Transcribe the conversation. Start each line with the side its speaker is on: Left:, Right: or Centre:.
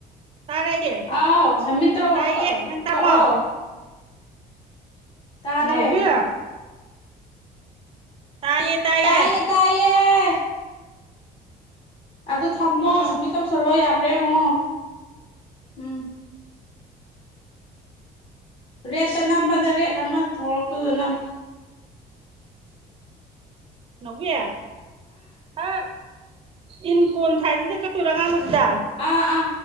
Right: ꯇꯥꯔꯦ ꯑꯩꯗꯤ
Left: ꯑꯥꯎ ꯁꯃꯤꯠ ꯇꯧ
Right: ꯇꯥꯏꯌꯦ
Left: ꯀꯛꯑꯣ
Right: ꯅꯪ ꯇꯥꯔꯕꯣ
Left: ꯇꯥꯔꯦ
Right: ꯅꯥꯎꯕꯤ ꯇꯥꯌꯦ ꯇꯥꯌꯦ
Left: ꯇꯥꯏꯌꯦ ꯇꯥꯏꯌꯦ ꯑꯗꯨ ꯊꯝꯃꯣ
Right: ꯎꯝ
Left: ꯁꯃꯤꯠ ꯇꯧꯁꯜꯂꯣ ꯌꯥ <unintelligible> ꯉꯣ ꯎꯝ ꯔꯦꯠꯇ ꯅꯝꯕꯗ ꯔꯦꯠ ꯑꯃꯗ ꯊꯣꯛꯂꯛ ꯄꯗꯨꯗ ꯅꯝ
Right: ꯅꯥꯎꯕꯤ ꯍꯥ ꯏꯟ ꯀꯣꯟ ꯊꯥꯏꯁꯤꯗ ꯀꯛ ꯇꯣꯏꯔꯣ ꯑꯉꯥꯡꯕꯁꯤ ꯁꯤꯗ
Left: ꯑꯥ ꯑꯥ